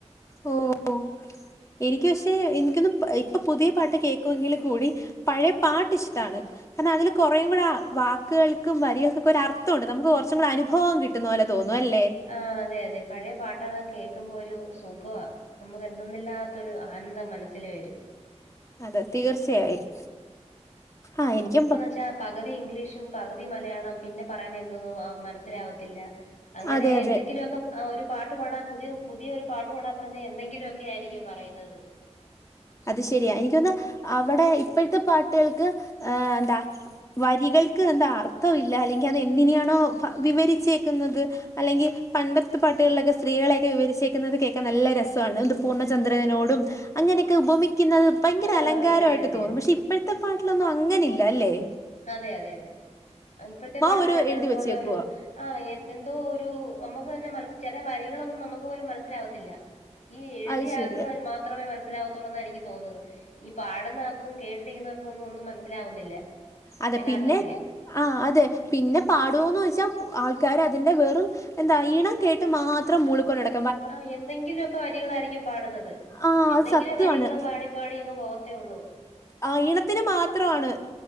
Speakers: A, on the left; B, on the left.
A: ഓഹ് എനിക്ക് പക്ഷെ എനിക്കൊന്ന് ഇപ്പൊ പുതിയ പാട്ട് കേക്കുമെങ്കിലു കൂടി പഴേ പാട്ട് ഇഷ്ട്ടാണ് കാരണം അതില് കൊറെയും കൂടെ ആ വാക്ക്‌കൾക്കും വരികൾക്കൊക്കെ ഒരു അർത്ഥവുണ്ട് നമുക്ക് കൊറച്ചും കൂടെ അനുഭവം കി ട്ടുന്നത് പോലെ തോന്നുവല്ലേ
B: ആ അതെ അതെ പഴയ പാട്ടുകള കേൾക്കുമ്പോ ഒരു സുഖമാ അമ്മക്ക് എന്തന്നില്ലാത്തൊരു ആനന്ദം മനസ്സില് വരും.
A: അതെ തീർച്ചയായും, ആഹ് എനിക്കും പ
B: ച്ചാ പകുതി ഇംഗ്ലീഷും പകുതി മലയാളം പിന്നെ പറയുന്ന എന്തോന്നും ആ മനസ്സിലാവത്തില്ല അങ്ങനെ
A: അതെ
B: എന്തെങ്കിലുവൊക്കെ
A: അതെ
B: ആ ഒരു പാട്ട് പാടാൻ പുതിയ പുതിയൊരു പാട്ട് പാടാൻ പറഞ്ഞ എന്തെങ്കിലുമൊക്കെ ആയിരിക്കും പറയുന്നത്
A: അത് ശരിയാ എനിക്കൊന്ന് അവിടെ ഇപ്പഴത്തെ പാട്ട്കൾക്ക് എന്താ വരികൾക്ക് എന്താ അർത്ഥം ഇല്ല അല്ലെങ്കിൽ അതെന്തിനെയാണോ വിവരിച്ചേക്കുന്നത് അല്ലെങ്കിൽ പണ്ടത്തെ പാട്ടുകളിലൊക്കെ സ്ത്രീളെക്കെ വിവരിച്ചേക്കുന്നത് കേക്കാൻ നല്ല രസവാണ് ത് പൂർണ്ണചന്ദ്രനോടും അങ്ങനെക്കെ ഉപമിക്കുന്നത് ഭയങ്കര
B: ആ
A: അലങ്കാരവായിട്ട്
B: അതെ അതെ
A: തോന്നും
B: അതെ
A: പക്ഷെ ഇപ്പഴ് പ്പത്ത പാട്ടിലൊന്നും അങ്ങനെ ഇല്ലല്ലേ?
B: അതെ അതെ അതെ ഇപ്പഴത്തെ പാട്ടില്
A: ഒരു
B: അങ്ങനെന്നുള്ള
A: എഴുതി വെച്ചേക്കുവാ
B: ഒരു ആ എ എന്തോ ഒരു അമ്മക്ക് തന്നെ മനസ്സ് ചെലേ വരികളൊന്നും നമ്മക്ക് പോലും മനസ്സിലാവത്തില്ല. ഈ എഴുതിയാക്ക്‌
A: അത് ശരിയാ
B: മാത്രമേ മനസ്സിലാവത്തൊള്ളൂന്ന എനിക്ക് തോന്നത് ഈ പാടുന്ന ആക്കും കേട്ടിരിക്കുന്നവർക്കും ഒന്നും ഒന്നും മനസ്സിലാവുന്നില്ല.
A: അതെ
B: യഥാർത്ഥത്തില്
A: പിന്നെ ആഹ് അതെ പിന്നെ പാടുവോന്ന് വെച്ചാ ആൾക്കാര് അതിന്റെ വെറും എന്താ ഈണം കേട്ട് മാത്രം മൂളിക്കൊണ്ട്ടക്ക
B: ആഹ് എന്തെങ്കിലുവൊക്കെ വരികളായിരിക്കും പാടുന്നത്
A: ആ
B: എന്തെങ്കിലും
A: അത് സത്യമാണ്
B: വരികള് പാടി പാടി അങ്ങ് പോകത്തേ ഉള്ളൂ
A: ആ ഈണത്തിന് മാത്രവാണ്